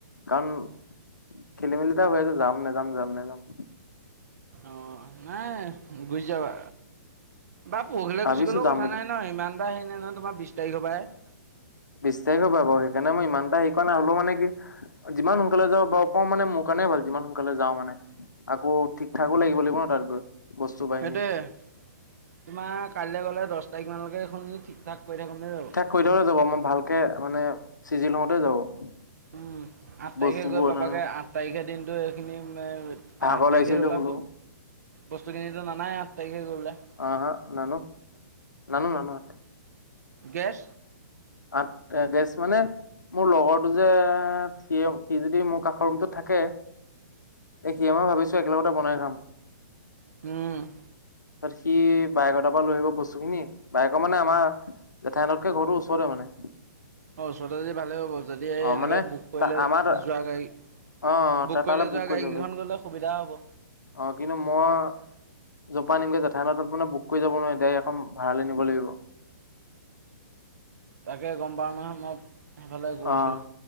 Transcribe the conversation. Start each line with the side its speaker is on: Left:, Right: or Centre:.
Left: কাৰণ খেলি মেলিতে হৈ আছে যাম নেযাম যাম নেযাম
Right: অ নাই বুজি যাবা বা পৰহিলৈ
Left: ভাবিছো
Right: গুচি গ'লেও
Left: যাম
Right: কথা
Left: বুলি
Right: নাই ন, ইমান এটা হে নহয় তোমাৰ বিশ তাৰিখৰ পৰাই হে।
Left: বিশ্বাসষ হ পাাৰু সেইকাৰণেই ই এটা হেৰিোৱা নহ'োও মানে কি <unintelligible> যিমান সোনকালে যাওঁ পাওঁ মানে মোৰ কাৰণে ভাল। যিমান সোনকালে যাওঁ মানে, আকৌ ঠিক ঠাকো লাগিব লাগিব ন তাত গৈ। বস্তু বাহিনী
Right: সেইট তোমাৰ কাইলৈ গ'লে দহ তাৰিখমানলৈকে এইখনি ঠিক ঠাক কৰি থাকোঁতে যাব।
Left: কৰিৈ থওঁতে যাব মই ভালকে মানে চিজি লওঁতে যাব <unintelligible>
Right: উম' আঠ তাৰিখে
Left: বস্তুবোৰ
Right: গৈ পাবাগৈ
Left: ন
Right: আঠ তাৰিখে দিনটোত িন
Left: ভাগৰ
Right: আঠ তাৰিখে
Left: লাগিছে বুলি
Right: গ'লে
Left: শুলো
Right: বস্তুখিনিতো নানাই আঠ তাৰিখে গ'লে <unintelligible>
Left: অ হা নান নান নানু <unintelligible>
Right: গেছ,
Left: আঠ গেছ মানে, মোৰ লগৰটো যে সিয়ে সি যদি মোৰ কাষৰ ৰুমটোত থাকে। এতিয়া মই ভাবিছোঁ একেলগতে বনাই খাম।
Right: উম'
Left: তাৰপৰা সি বায়েকৰ তাৰ পৰা লৈ আহিব বস্তু খিনি বাইেকৰ মানে আমাৰ, জেঠাই হতকৈ ঘৰটোৰ ওচৰতে মানে,
Right: অঁ ওচৰতে যদি ভালেই হ'ব। যদি এই
Left: অ
Right: এনেকৈ
Left: মানে
Right: বুক কৰিলে
Left: আমাৰ
Right: যোৱা গাড়ী,
Left: অ
Right: বুক
Left: তাই তালৈ
Right: কৰিলে যোৱা
Left: কৰি
Right: গাড়ী
Left: যাবি
Right: কেইখন গ'লে, সুবিধা হ'ব।
Left: অ' কিন্তু মই, জপা নিমগৈ জঠাইত ত মানে বুক কৰি যাব নোৱাৰি। <unintelligible> এয়াড় এখন ভাড়ালৈ নিব লাগিব
Right: তাকে গম পাওঁ নহয়। মই সেইফালে গৈছোঁ
Left: অ'